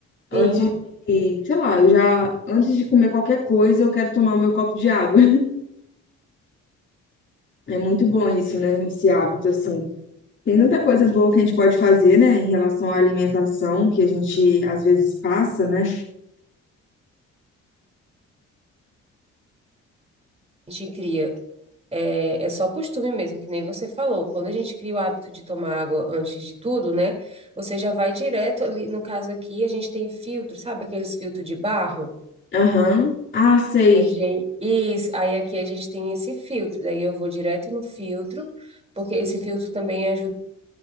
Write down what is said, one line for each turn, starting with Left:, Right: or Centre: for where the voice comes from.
Left: Antes
Right: Sim,
Left: de... Sei lá, eu já... Antes de comer qualquer coisa, eu quero tomar o meu copo de água. <laughs> É muito bom isso, né? Esse hábito, assim. Tem tanta coisa boa que a gente pode fazer, né? Em relação à alimentação, que a gente, às vezes, passa, né?
Right: a gente cria. É, é só costume mesmo, que nem você falou. Quando a gente cria o hábito de tomar água antes de tudo, né? Você já vai direto ali. No caso aqui, a gente tem filtro, sabe aqueles filtros de barro?
Left: Aham. Ah, sei.
Right: A gente, isso, aí aqui a gente tem esse filtro, daí eu vou direto no filtro, porque esse filtro também ajuda,